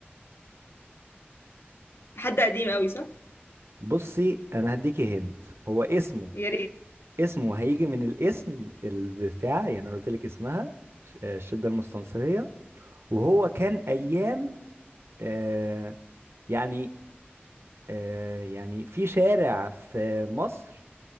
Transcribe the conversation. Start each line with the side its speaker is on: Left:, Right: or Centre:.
Left: حد قديم قوي صح
Right: بصي انا هديكي هند هو اسمه
Left: يا ريت
Right: اسمه هيجي من الاسم البتاع يعني انا قلت لك اسمها ش- آه، الشده المستنصريه وهو كان ايام آه، يعني آه، يعني في شارع في مصر